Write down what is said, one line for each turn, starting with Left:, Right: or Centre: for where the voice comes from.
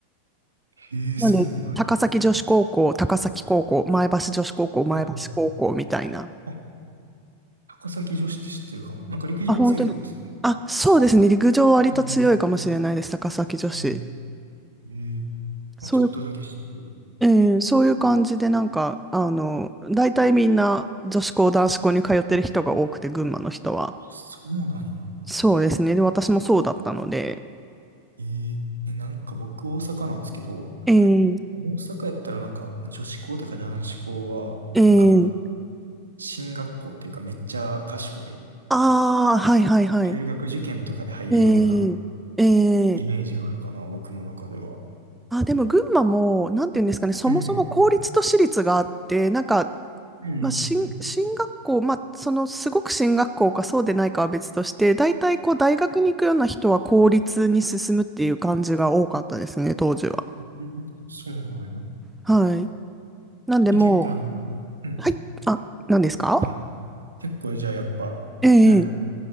Right: へえ、
Centre: なんで、
Right: そうなんや。
Centre: 高崎女子高校、高崎高校、前橋女子高校、前橋高校みたいな。
Right: はいはい。あ、高崎女子って知ってるかも。なんか陸上強いとこっすよね。
Centre: あ、本当に。あ、そうですね。陸上割と強いかもしれないです。
Right: うんう
Centre: 高崎女子。
Right: んうん。ええ。
Centre: そういう、
Right: あ、ちょっとだけ知ってる。
Centre: えーそういう感じで、なんか、あの、大体みんな女子校、男子校に通ってる人が多くて、群馬の人は。
Right: あ、そうなんや。
Centre: そうですね。で、私もそうだったので。
Right: えーえ、なんか僕大阪なんですけど、
Centre: えー、
Right: 大阪やったらなんか女子校とか男子校は、
Centre: えー、
Right: なんか進学校っていうかめっちゃ賢い、
Centre: ああ、はいはいはい。
Right: 中学受験とかで入るような
Centre: えー、えー
Right: イメージがあるかな、僕の中では。
Centre: あ、でも群馬も、なんていうんですかね、そもそも公立と私立があって、
Right: うん、
Centre: なんか、
Right: うん、うん、
Centre: まあ、進、進学校、まあ、その、すごく進学校かそうでないかは別として、大体こう、大学に行くような人は公立に進むっていう感じが多かったですね、当時は。
Right: うん、うんそうなんや。
Centre: はい。なんでも
Right: え、結構なんか、うん。
Centre: う、はい、あ、何ですか
Right: あ、結構じゃあやっぱ、
Centre: ええ
Right: なんやろ、